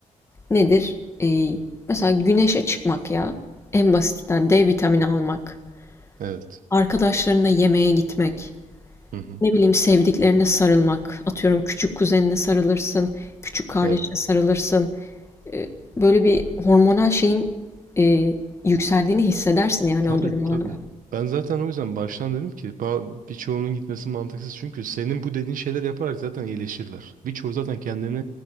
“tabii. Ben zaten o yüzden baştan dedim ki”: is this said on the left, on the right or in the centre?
Right